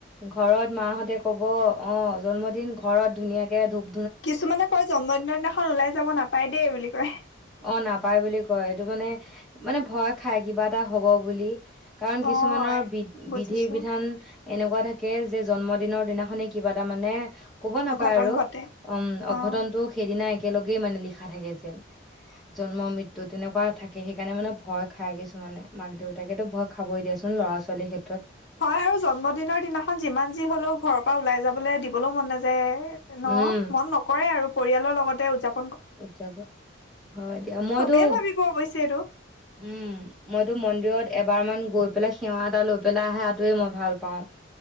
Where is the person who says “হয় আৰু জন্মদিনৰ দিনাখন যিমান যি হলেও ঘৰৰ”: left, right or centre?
Left